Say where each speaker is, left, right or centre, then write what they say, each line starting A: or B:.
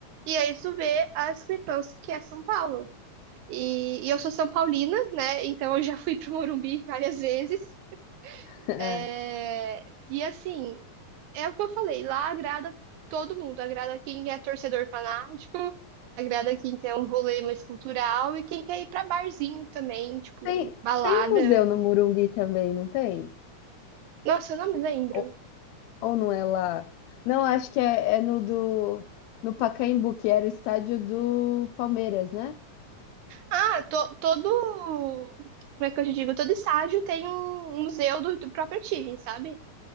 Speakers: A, on the right; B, on the left.
A: E aí tu vê a discrepância que é São Paulo. E, e eu sou São Paulina, né? Então eu já fui pro Morumbi várias vezes.
B: É.
A: É, e assim, é o que eu falei, lá agrada todo mundo, agrada quem é torcedor fanático, agrada quem quer um rolê mais cultural e quem quer ir pra barzinho também, tipo,
B: Tem
A: balada.
B: tem um museu no Morumbi também, não tem?
A: Nossa, eu não me lembro.
B: Ou ou não é lá? Não, acho que é é no do no Pacaembu, que era o estádio do Palmeiras, né?
A: Ah, to- todo. Como é que eu te digo? Todo estádio tem um, um museu do, do próprio time, sabe?